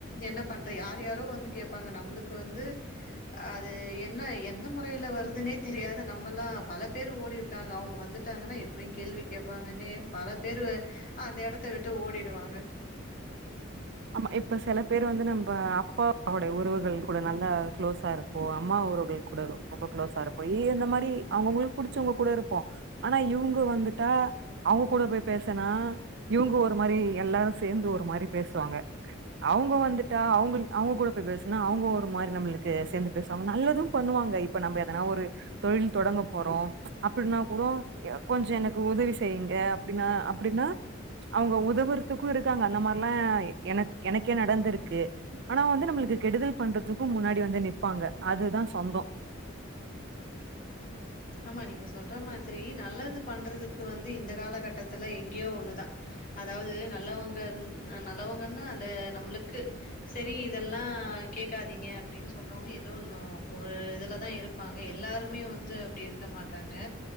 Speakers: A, on the left; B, on the right.
A: என்ன பனண்ற யாரு யாரோ வந்து கேப்பாங்க நம்முளுக்கு வந்து ஆ அது என்ன எந்த முறையில வருதுன்னே தெரியாத நம்மல்லா பல பேர் ஓடிருக்காங்க அவங்க வந்து ட்டாங்கன்னா எப்படியும கேள்வி கேப்பாங்கன்னே பல பேரு அந்த எடத்த விட்டு ஓடிடுவாங்க
B: ஆமா இப்ப சில பேர் வந்து நம்ப அப்பாவோடைய உறவுகள் கூட நல்லா குளோஸா இருப்போ அம்மா உறவுகள் கூட ரொம்ப குளோஸா இருப்போ. ஏ இந்த மாரி அவங்கவுங்களுக்கு புடிச்சவங்க கூட இருப்போ ஆனா இவங்க வந்துட்டா அவங்க கூட போய் பேசுனா இவங்க ஒரு மாரி எல்லாரும் சேந்து ஒரு மாரி பே சுவாங்க அவுங்க வந்துட்டா அவங்கள் அவுங்க கூட போய் பேசுனா அவங்க ஒரு மாரி நம்மளுக்கு சேந்து பேசுவாங்க நல்லதும் பண்ணுவாங்க இப்ப நம்ம எதனா ஒரு தொழில் தொடங்க போறோ அப்டின்னா கூட ஆ கொஞ்சோ எனக்கு உதவி செய்யுங்க அப்டின்னா அப்டின்னா அவங்க உதவுறக்குக்கு இருக்காங்க அந்த மாரிலா எனக் எனக்கே நடந்திருக்கு. ஆனா வந்து நம்மளுக்கு கெடுதல் பண்றதுக்கு முன்னாடி வந்து நிப்பாங்க அதுதா சொந்தோ
A: ஆமா நீங்க சொல்ற மாதிரி நல்லது பண்றதுக்கு வந்து இந்த காலகட்டத்துல எங்கயோ ஒண்ணுதா அதாவது நல்லவங்க இருந் ஆ நல்லவங்கன்னா அந்த நம்மளுக்கு சரி இதெல்லா கேக்காதீங்க அப்டின்னு சொல்றவங்க ஏதோ ஒன்னு ஒரு இதுலதா இருப்பாங்க எல்லாருமே வந்து அப்டி இரு க்க மாட்டாங்க